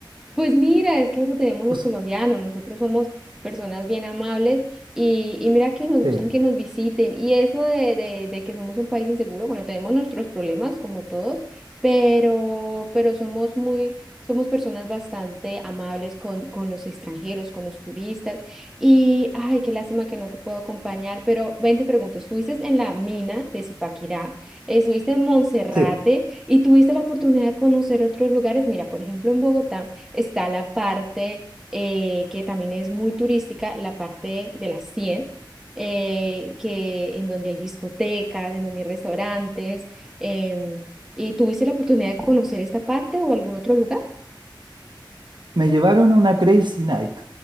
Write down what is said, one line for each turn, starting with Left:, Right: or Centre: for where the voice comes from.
Centre: Pues mira, es que eso tenemos
Right: Pues,
Centre: los colombianos, nosotros somos personas bien amables y, y mira que nos
Right: sí,
Centre: gustan que nos visiten y eso de, de, de que somos un país inseguro, bueno, tenemos nuestros problemas como todos, pero, pero somos muy, somos personas bastante amables con, con los extranjeros, con los turistas y, ay, qué lástima que no te puedo acompañar, pero ven, te pregunto, estuviste en la mina de Zipaquirá, estuviste en Monserrate
Right: sí.
Centre: y tuviste la oportunidad de conocer otros lugares, mira, por ejemplo, en Bogotá. Está la parte eh, que también es muy turística, la parte de las 100 eh, que, en donde hay discotecas, en donde hay restaurantes. em, ¿y tuviste la oportunidad de conocer esta parte o algún otro lugar?
Right: Me llevaron a una Crazy Night.